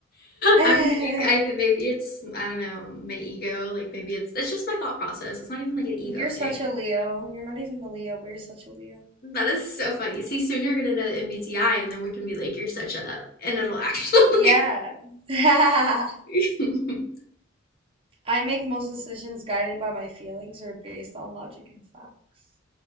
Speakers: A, on the right; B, on the left.
A: <laughs>
B: I'm like, I think maybe it's, I don't know, my ego. Like maybe it's, it's just my thought process. It's not even like an ego
A: You're such
B: thing.
A: a Leo. You're not even a Leo, but you're such a Leo.
B: That is so funny. See, soon you're gonna know the MBTI, and then we can be like, you're such a, and it'll actually
A: Yeah. <laughs>
B: <laughs>
A: I make most decisions guided by my feelings or based on logic and facts.